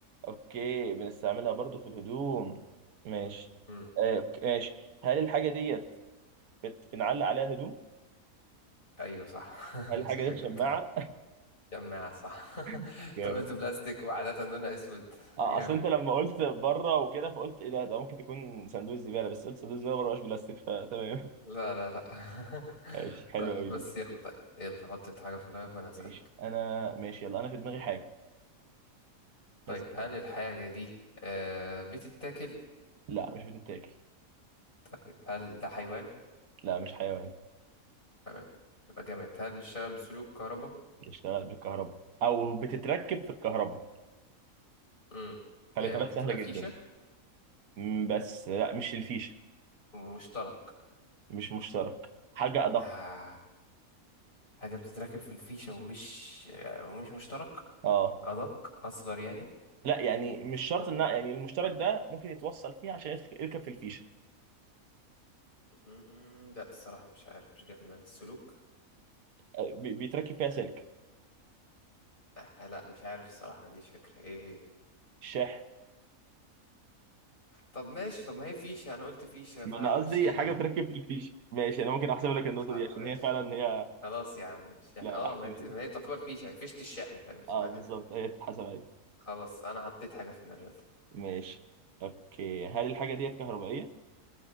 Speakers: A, on the right; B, on the left.
A: اوكي بنستعملها برضو في الهدوم ماشي
B: مم.
A: آه، أوكي، ماشي هل الحاجة ديت بت- بنعلق عليها الهدوم؟
B: أيوة صح <laughs>
A: هل الحاجة
B: شكلك
A: ديت شماعة؟
B: جبتها جماعة صح <laughs>
A: <laughs>
B: أنت
A: جامد
B: قلت بلاستيك وعادة لونها أسود
A: اه
B: جامد
A: اصل انت لما قلت بره وكده فقلت ايه ده ده ممكن تكون صندوق الزبالة بس قلت صندوق الزبالة بره مش بلاستيك فتمام
B: لا لا لا <laughs>
A: <laughs> ماشي حلو
B: لا
A: قوي
B: بس
A: دي
B: يلا طيب يلا حط أنت حاجة في دماغك وأنا هسألك
A: ماشي انا ماشي يلا انا في دماغي حاجة
B: طيب
A: يا سلام
B: هل الحاجة دي آه بتتاكل؟
A: لا مش بتتاكل
B: طيب هل ده حيوان؟
A: لا مش حيوان
B: تمام يبقى جامد هل بيشتغل بسلوك كهرباء؟
A: بيشتغل بالكهرباء او بتتركب في الكهرباء
B: امم
A: فالاترات
B: يعني ممكن
A: سهله
B: تبقى
A: جدا
B: فيشة
A: م، بس لا مش الفيشه
B: ومشترك
A: مش مشترك حاجه ادق
B: آه. حاجة بتتركب في الفيشة ومش آه، ومش مشترك
A: اه
B: أدق أصغر يعني
A: لا يعني مش شرط ان يعني المشترك ده ممكن يتوصل فيه عشان يتخ- يركب في الفيشه
B: مم، لا الصراحة مش عارف مش جاي في دماغي السلوك
A: آه، بي- بيتركب فيها سلك
B: آه لا مش عارف الصراحة ما عنديش فكرة ايه هي
A: الشاحن
B: طب ماشي طب ما هي فيشة أنا قلت فيشة
A: ما
B: فمشيها
A: انا قصدي حاجه بتركب في الفيشه ماشي انا ممكن احسب لك النقطه
B: خ-
A: دي عشان
B: ماشي
A: هي فعلا هي
B: خلاص يا عم الشاحن
A: لا
B: اه
A: لا احسبها
B: ما هي بت... ما
A: لك
B: هي تعتبر فيشة يعني فيشة الشاحن فاهم اسمها
A: اه
B: كده
A: بالظبط هي تتحسب عادي
B: خلاص أنا حطيت حاجة في دماغي يلا
A: ماشي اوكي هل الحاجه ديت كهربائيه